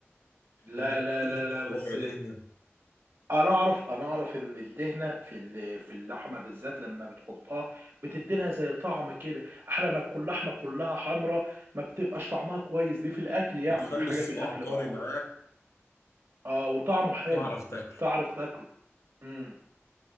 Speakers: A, on the right; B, on the left.
A: لا
B: اللي كله
A: لا لا
B: تديله
A: لا بس
B: ربع دهنة
A: انا اعرف انا اعرف ان الدهنه في ال- في اللحمه بالذات لما بتحطها بتدي لها زي طعم كده احلى ما تكون لحمه كلها حمراء ما بتبقاش طعمها كويس دي في الاكل يعني
B: بتخلي
A: حاجه
B: الصبع
A: في الاكل
B: طري
A: معروفه
B: معاك
A: اه وطعمه حلو
B: وتعرف تاكله
A: تعرف تاكله امم